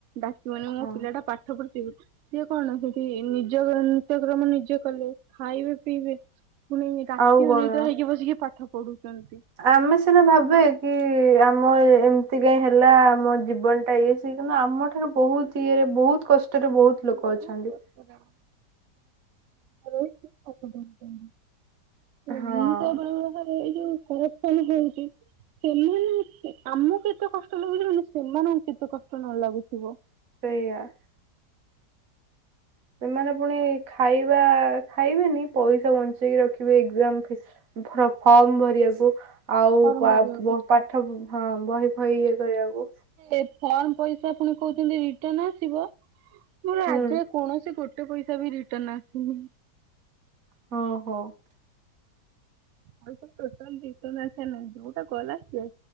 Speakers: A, on the right; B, on the right.
A: ଡାକିବନି
B: ହଁ।
A: ମୋ ପିଲା ଟା ପାଠ ପଢୁଥିବ। ସେ କଣ ସେଠି ନିଜର ନିତ୍ୟକ୍ରମ ନିଜେ କଲେ ଖାଇବେ ପିଇବେ। ପୁଣି ରାତି
B: ଆଉ କଣ
A: ଅନିଦ୍ରା ହେଇକି ବସିକି ପାଠ ପଢୁଛନ୍ତି।
B: ଆମେ ସିନା ଭାବିବା <inaudible> କି <inaudible> ଆମ ଏମିତି କାଇଁ ହେଲା ଆମ ଜୀବନ ଟା ଇଏ ସି କିନ୍ତୁ ଆମ ଠାରୁ ବହୁତ ଇଏରେ ବହୁତ କଷ୍ଟରେ ବହୁତ ଲୋକ
A: ବହୁତ
B: ଅଛନ୍ତି।
A: କଷ୍ଟ। ଏ <unintelligible> ଭା <unintelligible>
B: ହଁ।
A: ଏଇ ଯୋଉ କରପସନ <inaudible> ହେଉଛି ସେମାନେ ଆମକୁ କେତେ କଷ୍ଟ ଲାଗୁ <unintelligible> ସେମାନେ <unintelligible> କେତେ କଷ୍ଟ ନ ଲାଗୁଥିବ।
B: ସେଇ <inaudible> ଆ ସେମାନେ ପୁଣି ଖାଇବା ଖାଇବେନି ପଇସା ବଞ୍ଚେଇକି ରଖିବେ ଏଜାମ ଫିସ୍ <inaudible> ଫର୍ମ ଭରିବାକୁ ଆଉ
A: ଫର୍ମ
B: ବ
A: ଭରିବାକୁ
B: <unintelligible> ପାଠ ହଁ ବହି ବହି ଇଏ କରିବାକୁ
A: ଏ ଫର୍ମ ପଇସା ପୁଣି କୋଉ ଦିନ କହୁଛନ୍ତି <unintelligible> ରିଟର୍ଣ ଆସିବ। ମୋର
B: ହୁଁ।
A: ଆଜି <inaudible> କୌଣସି ଗୋଟେ ପଇସା ବି ରିଟର୍ଣ ଆସିନି।
B: ହଁ ହୋ <inaudible>
A: ପଇସା <unintelligible> ଆା ନଁ <unintelligible> ଯୋଉଟା ଗଲା ସେ